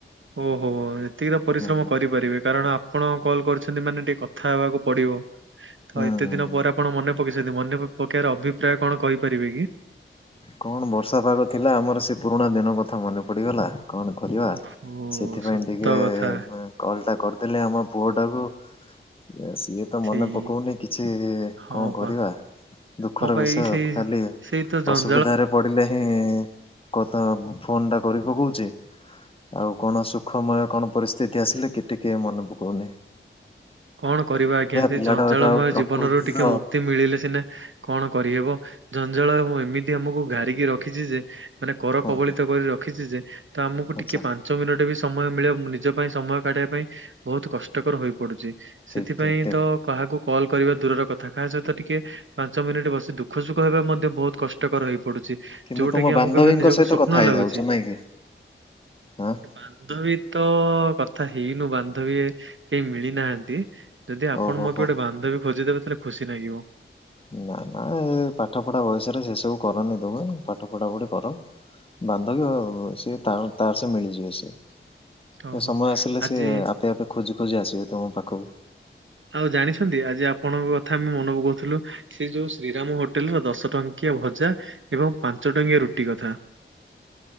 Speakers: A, on the right; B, on the left.
A: ଓହୋ ଏତିକି ତ ପରିଶ୍ରମ
B: ହୁଁ
A: କରିବ। ପାରିବେ କାରଣ ଆପଣ କଲ୍ କରିଛନ୍ତି ମାନେ ଟିକେ କଥା ହେବାକୁ ପଡିବ ତ
B: ହୁଁ
A: ଏତେ
B: ହୁଁ
A: ଦିନ
B: ହୁଁ।
A: ପରେ। କଣ ମନେ ପକେଇଛନ୍ତି ମନେ ପକେଇବାର ଅଭିପ୍ରାୟ କଣ କହିପାରିବେ କି?
B: କଣ ବର୍ଷା ପାଗ ଥିଲା ଆମର ସେ ପୁରୁଣା ଦିନ କଥା ମନେ ପଡିଗଲା। କଣ କରିବା
A: ଓହୋ
B: ସେଥିପାଇଁ
A: ସତ
B: ଟିକେ ଏ
A: କଥା
B: - ମାନେ କଲ୍ ଟା କରିଦେଲେ ଆମ ପୁଅଟାକୁଏ ସିଏ ତ
A: ସେଇ
B: ମନେପକୌନି କିଛିକଣ
A: ହଁ ବା
B: କରିବା ଦୁଃଖର
A: ହଁ ବା
B: ବିଷୟଖାଲି-
A: ଏଇ ସେଇ ସେଇ ତ ଜନ
B: ସୁବିଧାରେ ପଡିଲେ ହିଁ କଥା ଫୋନ ଟା କରି ପକଉଛି। ଆଉ କଣ ସୁଖମୟ କଣ ପରିସ୍ଥିତି ଆସିଲେ କି ଟିକେ ମନେ ପକାଉନି।
A: କଣ କରିବା ଆଜ୍ଞା ସେ
B: ପିଲାଟା
A: ଜଞ୍ଜାଳମୟ
B: ତ ଆଉ ପ୍ରକୃତି
A: ଜୀବନରୁ ଟିକେ
B: ତ
A: ମୁକ୍ତି ମିଳିଲେ ସିନା! କଣ କରିହେବ ଜଞ୍ଜାଳ ରେ ମୁ ଏମିତି ଆମକୁ ଘାରିକି ରଖିଛି ଯେ ମାନେ କର
B: ହଁ
A: କବଳିତ
B: ହଁ
A: କରି ରଖିଛି ଯେ ତ ଆମକୁ
B: ଆଚ୍ଛା
A: ଟିକେ ପା ପାଞ୍ଚ ମିନିଟ ବି ସମୟ ମିଳିବ ନିଜ ପାଇଁ ସମୟ କାଢ଼ିବା ପାଇଁ ବହୁତ କଷ୍ଟକର ହୋଇ ପଡୁଛି।
B: ଠିକ୍
A: ସେଥିପାଇଁ
B: ଠିକ୍ ଠିକ୍।
A: ତ କାହାକୁ କଲ୍ କରିବା ଦୂରର କଥା କାହା ସହିତ ଟିକେ ପାଞ୍ଚ ମିନିଟ୍ ବସି ଦୁଃଖସୁୁଖ ହେବା ମଧ୍ୟ ବହୁତ କଷ୍ଟ ଟକର ହେଇପଡୁଛି
B: କିନ୍ତୁ
A: ଯୋଉଟା
B: ତୁମ
A: କି ଆମକୁ
B: ବାନ୍ଧବୀଙ୍କ
A: ଏବେ ନିଜକୁ
B: ସହିତ
A: ସ୍ୱପ୍ନ
B: କଥା ହେଇଯାଉଛ
A: ଲାଗୁଛି
B: ନାଇଁ କି ଆଁ
A: ବାନ୍ଧବୀ ତ କଥା ହେଇନୁ ବାନ୍ଧବୀ କେହି ମିଳି ନାହାନ୍ତି ଯଦି ଆପଣ
B: ଓହୋ
A: ମୋ ପାଇଁ
B: ହୋ।
A: ଗୋଟେ ବାନ୍ଧବୀ ଖୋଜିଦେବେ ତାହେଲେ ଖୁସି ନାଗିବ
B: ନା ନା ଏ ପାଠ ପଢା ବୟସରେ ସେସବୁ କରନି ତୁମେ ପାଠ ପଢାପଢି କର ବାନ୍ଧବୀ ଅ ସିଏ ତାର ତାର ସେ ମିଳିଯିବେ ସିଏ
A: ଓହୋ।
B: ସେ ସମୟ ଆସିଲେ
A: ଆଜି
B: ସେ ଆପେ ଆପେ ଖୋଜି ଖୋଜି ଆସିବେ ତମ ପାଖକୁ
A: ଆଉ ଜାଣିଛନ୍ତି ଆଜି ଆପଣଙ୍କ କଥା ଆମେ ମନେ ପକଉଥିଲୁ ସେ ଯୋଉ ଶ୍ରୀରାମ ହୋଟେଲର ଦଶ ଟଙ୍କିଆ ଭଜା ଏବଂ ପାଞ୍ଚ ଟଙ୍କିଆ ରୁଟି କଥା